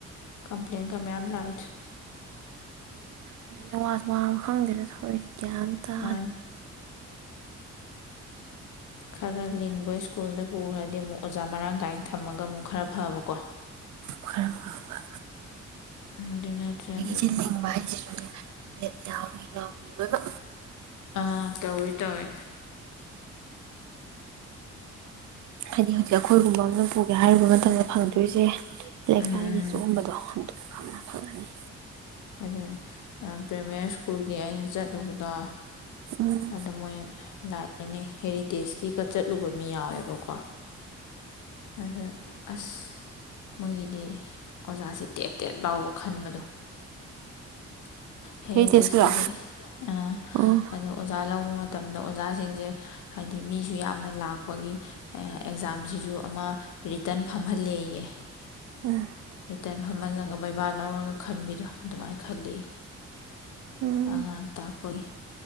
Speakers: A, on the left; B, on the right.
A: ꯀꯝꯄ꯭ꯂꯦꯟ ꯀ ꯃꯌꯥꯝ ꯂꯥꯛꯑ
B: ꯑꯗꯨꯕ ꯈꯪꯗꯦꯅ ꯊ ꯀꯝ ꯇ
A: ꯃꯥ ꯈꯔ ꯂꯤꯡꯕ ꯁ꯭ꯀꯨꯜꯗ ꯄꯨꯈ꯭ꯔꯗꯤ ꯑꯃꯨꯛ ꯑꯣꯖꯥ ꯃꯔꯥꯡ ꯀꯥꯏꯅ ꯊꯝꯃꯒ ꯑꯃꯨꯛ ꯈꯔ ꯐꯕꯀꯣ
B: ꯈꯔ ꯐꯕ
A: ꯑꯗꯨ ꯅꯠꯇ꯭ꯔꯗꯤ
B: ꯁꯤ
A: ꯎꯝ
B: ꯂꯕꯥ ꯍꯥꯏꯁꯤ ꯕꯦꯠ ꯌꯥꯎꯋꯤ ꯌꯥꯎꯗꯦ ꯂꯣꯏꯕ
A: ꯑꯥ ꯇꯧꯋꯦ ꯇꯧꯋꯦ
B: ꯍꯥꯏꯗꯤ ꯍꯧꯖꯤꯛ ꯑꯩꯈꯣꯏꯒꯨꯝꯕ ꯑꯃꯝꯅ ꯄꯨꯒꯦ ꯍꯥꯏꯔꯨꯕ ꯃꯇꯝꯗ ꯐꯪꯗꯣꯏꯔꯤꯁꯦ ꯂꯩꯀꯥꯏꯒꯤ
A: ꯎꯝ
B: ꯁꯤꯨꯒꯨꯝꯕꯗꯣ ꯑꯗꯨꯅ ꯐꯪꯉꯅꯤ
A: ꯑꯗꯨ ꯄ꯭ꯔꯦꯃꯔꯤ ꯁ꯭ꯀꯨꯜꯒꯤ ꯑꯩꯅ ꯆꯠꯂꯨꯕꯗ
B: ꯎꯝ
A: ꯑꯗ ꯃꯣꯏ ꯂꯥꯛꯑꯦꯅꯦ ꯍꯦꯔꯤꯇꯦꯖꯀꯤꯒ ꯆꯠꯂꯨꯕ ꯃꯤ ꯌꯥꯎꯋꯦꯕꯀꯣ ꯑꯗ ꯑꯁ ꯃꯣꯏꯒꯤꯗꯤ ꯑꯣꯖꯥꯁꯦ ꯇꯦꯠ ꯇꯦꯠ ꯂꯥꯎꯕ ꯈꯟꯕꯗꯣ ꯍꯦꯔꯤꯇꯦꯖꯀꯤꯗꯤ
B: ꯍꯦꯔꯤꯇꯦꯖꯀꯤꯔꯣ
A: ꯑ
B: ꯎꯝ
A: ꯑꯗꯨ ꯑꯣꯖꯥ ꯂꯧꯕ ꯃꯇꯝꯗ ꯑꯣꯖꯥꯁꯤꯡꯁꯦ ꯍꯥꯏꯗꯤ ꯃꯤꯁꯨ ꯌꯥꯝꯅ ꯂꯥꯛꯄꯒꯤ ꯑꯦꯛꯖꯥꯝꯁꯤꯁꯨ ꯑꯃ ꯔꯤꯇꯟ ꯐꯝꯍꯜꯂꯦꯌꯦ
B: ꯎꯝ
A: ꯔꯤꯇꯟ ꯐꯝꯍꯜꯂꯒ ꯕꯩꯕꯥ ꯂꯧꯔꯒ ꯈꯟꯕꯤꯗꯣ ꯑꯗꯨꯃꯥꯏꯅ ꯈꯜꯂꯤ
B: ꯎꯝ
A: ꯑ ꯇꯥꯛ ꯍꯣꯏ